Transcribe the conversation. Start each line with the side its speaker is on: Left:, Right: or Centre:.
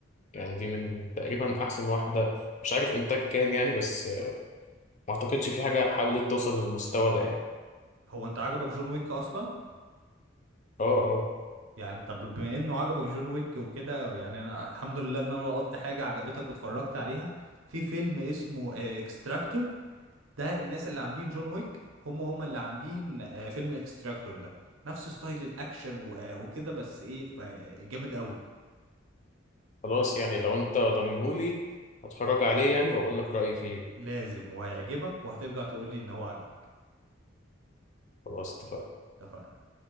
Left: يعني دي من تقريبا احسن واحدة مش عارف انتاج كام يعني بس آه، ما اعتقدش في حاجة حاولت توصل للمستوى ده يعني
Right: هو انت عجبك جون ويك اصلا
Left: اه اه
Right: يعني طب بما انه عجبك جون ويك وكده يعني انا الحمد لله ان انا لقطت حاجة عجبتك واتفرجت عليها في فيلم اسمه اكستراكتور ده الناس اللي عاملين جون ويك هم هم اللي عاملين آه، فيلم اكستراكتور ده نفس ستايل الاكشن و- وكده بس ايه ف- جامد قوي
Left: خلاص يعني لو انت ضامنهولي هتفرج عليه يعني واقول لك رأيي فيه
Right: لازم وهيعجبك وهترجع تقول لي ان هو عجبك
Left: خلاص اتفقنا
Right: اتفقنا